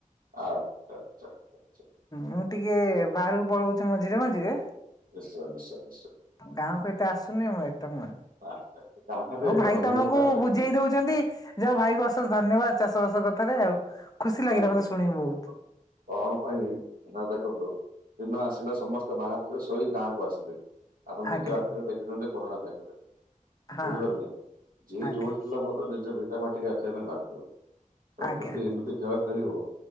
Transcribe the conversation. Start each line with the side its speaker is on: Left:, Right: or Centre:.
Right: ଆଚ୍ଛା, ଆଚଛା।
Left: ମୁଁ ଟିକେ ବାହାରକୁ ପଳଉଚି ମଝିରେ ମଝିରେ।
Right: ନିଶ୍ଚୟ ନିଶ୍ଚୟ ନିଶ୍ଚୟ।
Left: ଗାଁକୁ ଏତେ ଆସୁନି ମଁ ଏତେ, ମନ
Right: ଆଚ୍ଛା, ଗାଁରେ
Left: ହଉ ଭାଇ
Right: ରହିବାଟା
Left: ତମକୁ
Right: ବେଟର
Left: ବୁଝେଇ ଦଉଚି। ଯଉ ଭାଇ କ ଅଶେଷ ଧନ୍ୟବାଦ ଚାଷବାସ କଥାରେ ଆଉ। ଖୁସି ଲାଗିଲା
Right: ଆ ଭ
Left: ମତେ
Right: <unintelligible>
Left: ଶୁଣିକି ବହୁତ
Right: କଣ ପାଇଁ ନା ଦେଖନ୍ତୁ, ଦିନ ଆସିଲେ ସମସ୍ତେ ବାହାରିଥିବେ ଶୋଇ ଗାଁକୁ ଆସିବେ। ଆପଣ
Left: ଆଜ୍ଞା
Right: ନିଜ ଆଖିରେ ଦେଖିଚନ୍ତି କରୋନା ଟାଇମରେ।
Left: ହଁ
Right: ବୁଝିପାରିଲେ? ଜିଏ
Left: ଆଜ୍ଞା
Right: ଯୋଉଠି ଥିଲା ନିଜ ଭିଟା ମାଟିକି ଆସିବା ପାଇଁ ବାଧ୍ୟ। ପ୍ରକୃତି
Left: ଆଜ୍ଞା
Right: ଏମିତି ଖେଳ ଖେଳିବ